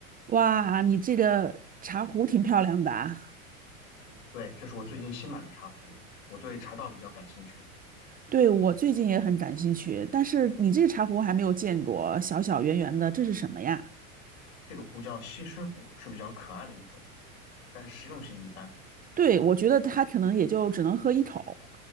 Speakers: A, on the right; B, on the left.
A: 哇，你这个茶壶挺漂亮的啊！
B: 嗯，对，这是我最近新买的茶壶，我对茶道比较感兴趣。
A: 对，我最近也很感兴趣，但是你这个茶壶还没有见过，小小圆圆的，这是什么呀？
B: 这个壶叫西施壶，是比较可爱的一种，但是实用性一般。
A: 对，我觉得它可能也就只能喝一口